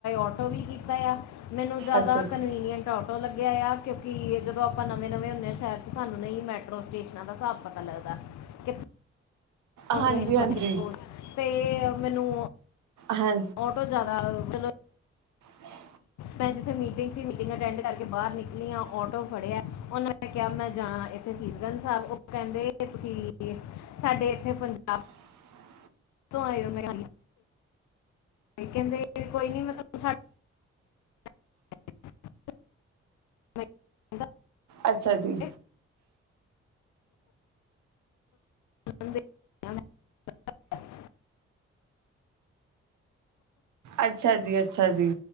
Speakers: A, on the left (about 65°); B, on the right (about 75°).
A: ਆਟੋ ਵੀ ਕੀਤਾ ਆ ਮੈਨੂੰ ਜਿਆਦਾ
B: ਅੱਛਾ ਜੀ
A: ਕਨਵੀਨੀਟ ਮੈੋ ਲੱਗਿਆ ਆ ਕਿਉਂਕਿ ਜਦੋਂ ਆਪਾਂ ਨਵੇਂ-ਨਵੇਂ ਹੁੰਦੇ ਹਾਂ ਸ਼ਹਿਰ ਚਚ ਸਾਨੂੰ ਨਹੀਂ ਹੀ ਮੈਟਰੋ ਸਟੇਸ਼ਨਾਂ ਦਾ ਹਿਸਾਬ ਪਤਾ ਲੱਗਦਾ। ਕਿਥੇ?
B: ਹਾਂਜੀ
A: ਟਰੇਨ ਫੜ
B: ਹਾਂਜੀ
A: ਹੋ ਤੇ ਮੈਨੂੰ
B: ਹਾਂ
A: ਆਟੋ ਜ਼ਿਆਦਾ ਥ
B: ਹਮ਼।
A: ਮੈਂ ਜਿੱਥੇ ਮੀਟਿੰਗ ਸੀ ਮੀਟਿੰਗ ਅਟੈਂਡ ਕਰਕੇ ਬਾਹਰ ਨਿਕਲੀ ਆ ਆਟੋ ਫੜਿਆ ਉਹਨਾਂ ਨੇ ਕਿਹਾ ਮੈਂ ਜਾਣਾ। ਥੇ ਸੀਸਗੰਜ ਸਾਹਿਬ ਉਹ ਕਹਿੰਦੇ ਤੁਸੀਂ ਸਾਡੇ ਇੱਥੇ ਪੰਜਾਬ
B: ਹਮ।
A: ਕਿਉਂ ਆਈ ਹੋ ਮੇਰੇ ਕਹਿੰਦੇ ਕੋਈ ਨੀ ਮੈਂ ਤੂਹਾਨੂੰ ਛਢ <unintelligible>
B: ਅੱਛਾ ਜੀ।
A: ਕਹਿੰਦਾ <unintelligible>
B: ਅੱਛਾ ਜੀ-ਅੱਛਾ ਜੀ।